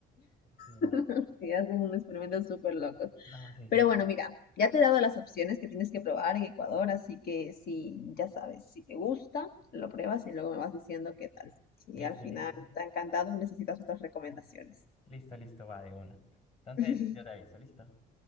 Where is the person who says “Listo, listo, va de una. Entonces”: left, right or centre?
Left